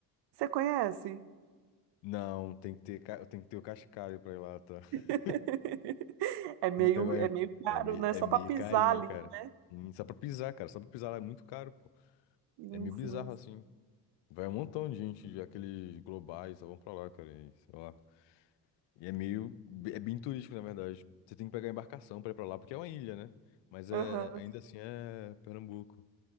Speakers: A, on the right (about 65°); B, on the left (about 75°).
A: você conhece?
B: Não, tem que ter, ca- tem que ter o Cascalho pra ir lá, tá? <laughs>
A: <laughs> É meio,
B: Tem que pegar...
A: é meio
B: um,
A: caro,
B: É meio,
A: né?
B: é
A: Só
B: meio
A: para pisar
B: carinho,
A: ali.
B: cara.
A: né?
B: E só pra pisar, cara. Só pra pisar lá é muito caro, pô.
A: Sim,
B: É meio bizarro,
A: sim.
B: assim. Vai um montão de gente, de aqueles globais, só vão pra lá, cara. e sei lá. E é meio. É bem turístico, na verdade. Você tem que pegar embarcação pra ir pra lá, porque é uma ilha, né? Mas é,
A: Aham.
B: ainda assim é Pernambuco.